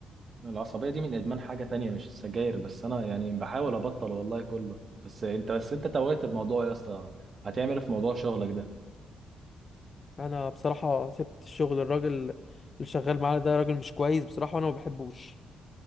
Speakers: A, on the right (about 50°); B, on the left (about 45°).
A: العصبية دي من إدمان حاجة تانية مش السجاير بس أنا يعني بحاول أبطل والله كله بس أنت بس أنت توهت الموضوع يا اسطى هتعمل إيه في موضوع شغلك ده
B: أنا بصراحة سبت الشغل الراجل اللي شغال معانا ده راجل مش كويس بصراحة وأنا ما بحبوش